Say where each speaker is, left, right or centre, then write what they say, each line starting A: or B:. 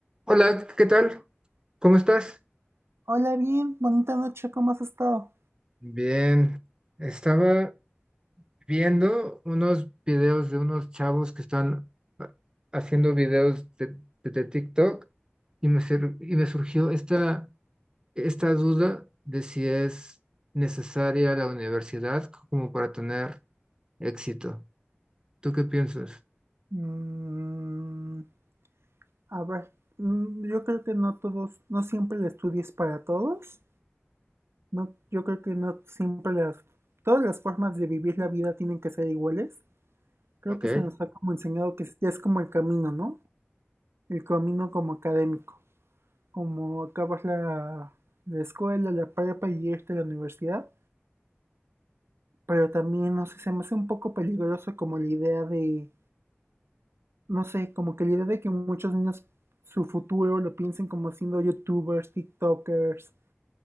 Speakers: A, on the right; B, on the right.
A: Hola, ¿qué tal? ¿Cómo estás?
B: Hola, bien, bonita noche, ¿cómo has estado?
A: Bien, estaba viendo unos videos de unos chavos que están ha- haciendo videos de, de- de TikTok y me, sur- y me surgió esta, esta duda de si es necesaria la universidad como para tener éxito. ¿Tú qué piensas?
B: Mm, a ver, mm, yo creo que no todos, no siempre el estudio es para todos. No, yo creo que no siempre las, todas las formas de vivir la vida tienen que ser iguales. Creo
A: Ok.
B: que se nos ha como enseñado que es- ya es como el camino, ¿no? El camino como académico, como acabas la, la escuela, la prepa y irte a la universidad. Pero también, no sé, se me hace un poco peligroso como la idea de no sé, como que la idea de que muchos niños su futuro lo piensen como siendo youtubers, tiktokers,